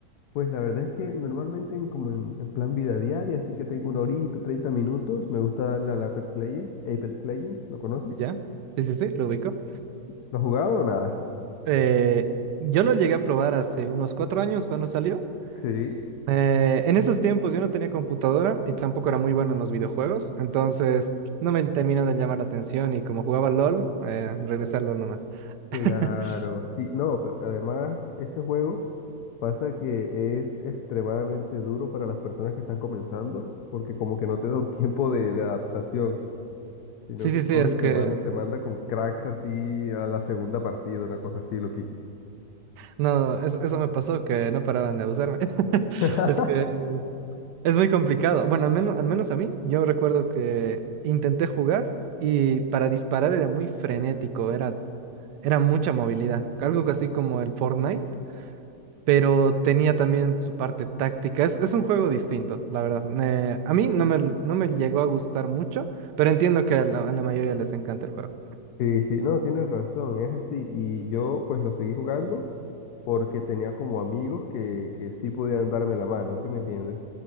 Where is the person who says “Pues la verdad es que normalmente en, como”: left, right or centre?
Left